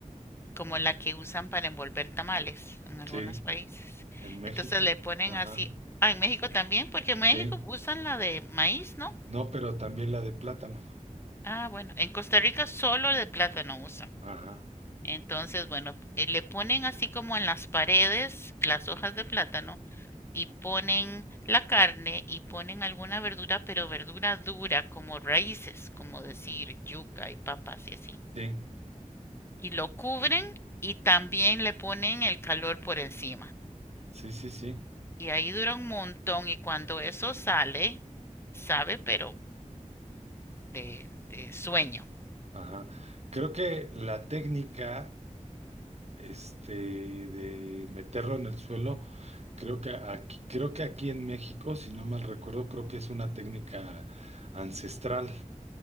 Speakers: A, on the left; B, on the right.
A: como la que usan para envolver tamales en algunos
B: Sí,
A: países.
B: en México.
A: Entonces le ponen
B: Ajá.
A: así, ah, en México también, porque en México
B: Sí.
A: usan la de maíz, ¿no?
B: No, pero también la de plátano.
A: Ah, bueno, en Costa Rica solo de plátano usan.
B: Ajá.
A: Entonces, bueno, eh, le ponen así como en las paredes las hojas de plátano y ponen la carne y ponen alguna verdura, pero verdura dura, como raíces, como decir yuca y papas y así.
B: Sí,
A: Y lo cubren y también le ponen el calor por encima.
B: sí, sí, sí.
A: Y ahí dura un montón y cuando eso sale, sabe, pero de, de sueño.
B: Ajá. Creo que la técnica este, de meterlo en el suelo. Creo que aquí, creo que aquí en México, si no mal recuerdo, creo que es una técnica ancestral,